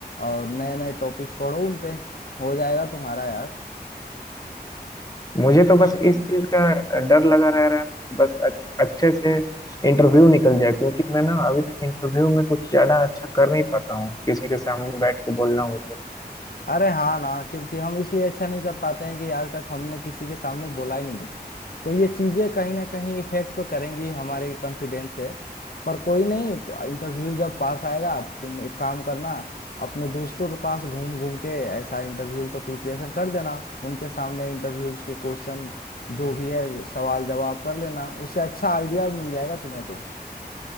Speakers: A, on the left (about 60°); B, on the left (about 20°).
A: और नए नए टॉपिक्स पढ़ो उनपे हो जाएगा तुम्हारा यार
B: मुझे तो बस इस चीज का डर लगा रह रहा है ना बस अ- अच्छे से इंटरव्यू निकल जाए क्योंकि मैं ना अभी तक इंटरव्यू में कुछ ज्यादा अच्छा कर नहीं पाता हूँ किसी के सामने बैठ के बोलना हो तो
A: अरे हाँ ना क्योंकि हम इसलिए अच्छा नहीं कर पाते हैं कि आज तक हमने किसी के सामने बोला ही नहीं है तो ये चीजें कहीं ना कहीं इफेक्ट तो करेंगी ही हमारे कॉन्फिडेंस पे पर कोई नहीं तो इंटरव्यू जब पास आएगा तो तुम एक काम करना अपने दोस्तों के पास घूम घूम के ऐसा इंटरव्यू का प्रिपरेशन कर देना उनके सामने इंटरव्यू के क्वेश्चन जो भी है सवाल जवाब कर लेना उससे अच्छा आइडिया मिल जाएगा तुम्हें तो